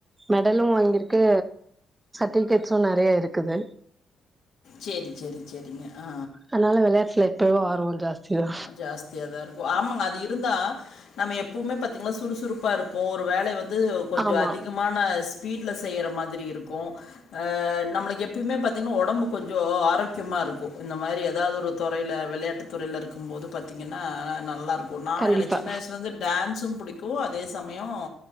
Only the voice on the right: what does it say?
மெடலு வாங்கியிருக்க டி கெச் சொன்னாரு நிறைய இருக்குது
அன்னால்ல விளையாட்டுல எப்போ ஆர்வோ ஜாஸ்தி தா
ஆமா
கண்டிப்பா